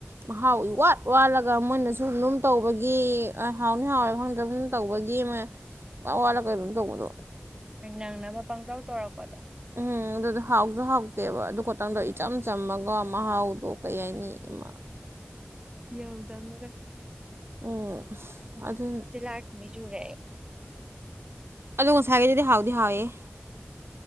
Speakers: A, on the right; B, on the right.
A: ꯃꯍꯥꯎ ꯏꯋꯥꯠ ꯋꯥꯠꯂꯒ ꯃꯣꯏꯅꯁꯨ ꯑꯗꯨꯝ ꯇꯧꯕꯒꯤ ꯍꯥꯎꯅꯤ ꯍꯥꯎꯔꯣꯏ ꯈꯪꯗ꯭ꯔ ꯑꯗꯨꯝ ꯇꯧꯕꯒꯤ ꯃꯣꯏ ꯏꯋꯥꯠ ꯋꯥꯠꯂꯒ ꯀꯩꯅꯣꯝ ꯇꯧꯕꯗꯣ
B: ꯅꯪꯅꯕ ꯄꯪꯇꯧ ꯇꯧꯔꯛꯄꯗꯣ
A: ꯎꯝ ꯑꯗꯨꯗꯣ ꯍꯥꯎꯁꯨ ꯍꯥꯎꯇꯦꯕ ꯑꯗꯨ ꯈꯇꯪꯗꯣ ꯏꯆꯝ ꯆꯝꯃꯒ ꯃꯍꯥꯎꯗꯣ ꯀꯩ ꯍꯥꯏꯅꯤ ꯑꯃ
B: ꯌꯥꯎꯗꯝꯅꯦ ꯀꯩꯁꯨ
A: ꯎꯝ ꯑꯗꯨ
B: ꯇꯤꯂꯥꯏ ꯈꯨꯝꯕꯤ ꯆꯨꯔꯦ ꯑꯩ
A: ꯑꯗꯣ ꯉꯁꯥꯏꯒꯤꯗꯨꯗꯤ ꯍꯥꯎꯗꯤ ꯍꯥꯎꯋꯦꯍꯦ